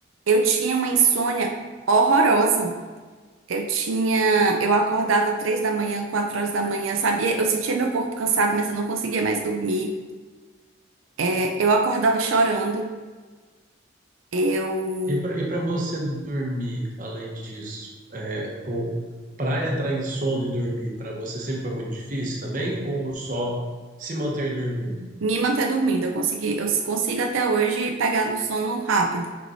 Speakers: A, on the right; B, on the right.
A: eu tinha uma insônia horrorosa. Eu tinha, eu acordava três da manhã, quatro horas da manhã, sabia? Eu sentia meu corpo cansado, mas eu não conseguia mais dormir. É, Eu acordava chorando. eu
B: E para e para você dormir, além disso, é, para entrar em sono e dormir, para você sempre foi muito difícil também, ou só se manter dormindo?
A: me manter dormindo. Eu consegui, eu consigo até hoje pegar no sono rápido,